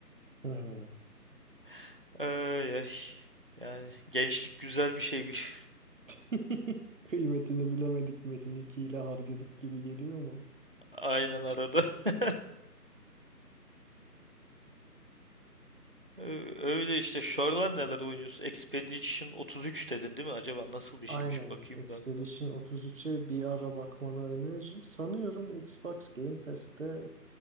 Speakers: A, on the right; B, on the right.
A: Hı hı.
B: <laughs> Ay ay. Yani gençlik güzel bir şeymiş.
A: <laughs> Kıymetini bilemedik Metin iki ile harcadık gibi geliyor mu?
B: Aynen arada. <laughs> Ö- Öyle işte. Şu aralar neler oynuyorsun? Expedition 33 dedin değil mi? Acaba nasıl bir
A: Aynen.
B: şeymiş? Bakayım
A: Expedition
B: ben buna.
A: 33'e bir ara bakmanı öneririm. Sanıyorum Xbox Game Pass'te